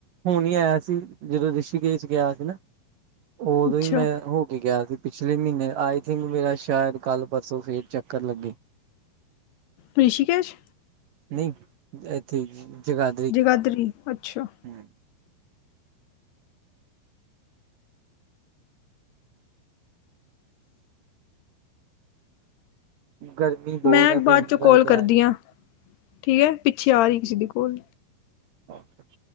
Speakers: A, on the right; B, on the left.
A: ਹੁਣ ਹੀ ਆਇਆ ਸੀ, ਜਦੋਂ ਰਿਸ਼ੀਕੇਸ਼ ਗਿਆ ਸੀ ਨਾ। ਓਦੋਂ
B: ਅੱਛਾ
A: ਹੀ ਮੈਂ ਹੋ ਕੇ ਗਿਆ ਸੀ। ਪਿਛਲੇ ਮੀਨੇ ਆਈ ਥਿੰਕ ਮੇਰਾ ਸ਼ਾਇਦ ਕੱਲ ਪਰਸੋਂ ਫੇਰ ਚੱਕਰ ਲੱਗੇ।
B: ਰਿਸ਼ੀਕੇਸ਼।
A: ਨਹੀਂ ਏਥੇ ਜਗਾ
B: ਗਾਦਰੀ ਅੱਛਾ।
A: ਹੂੰ। ਗਰਮੀ ਬਹੁਤ
B: ਮੈਂ,
A: ਆ
B: ਬਾਦ
A: ਗਰਮੀ
B: ਚੋਂ
A: ਕਰਕੇ
B: ਕਾਲ ਕਰਦੀ
A: ਆਇਆ ਨੀ
B: ਆਂ, ਠੀਕ ਹੈ। ਪਿੱਛੇ, ਆ ਰਹੀ ਏ ਕਿਸੀ ਦੀ ਕਾਲ।
A: ਆਛ